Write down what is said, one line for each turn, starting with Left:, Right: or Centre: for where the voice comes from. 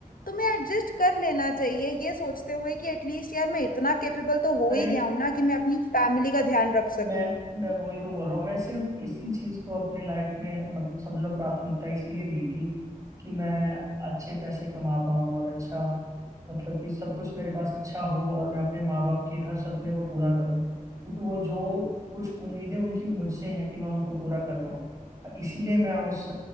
Left: तुम्हें एडजस्ट कर लेना चाहिए ये सोचते हुए कि एटलीस्ट यार मैं इतना कैपेबल तो हो
Right: अरे
Left: ही गया हूं ना कि मैं अपनी फैमिली का ध्यान रख सकूं
Right: मैं मैं वही तो बोल रहा हूँ मैं सिर्फ इसी चीज को अपनी लाइफ में मतलब समझ लो प्राथमिकता इसलिए दी थी कि मैं अच्छे पैसे कमा पाऊँ और अच्छा मतलब कि सब कुछ मेरे पास अच्छा हो और मैं अपने माँ बाप के हर सपने को पूरा करूँ क्योंकि वो जो कुछ उम्मीदें उनकी मुझसे हैं कि मैं उनको पूरा कर पाऊँ इसीलिए मैं उस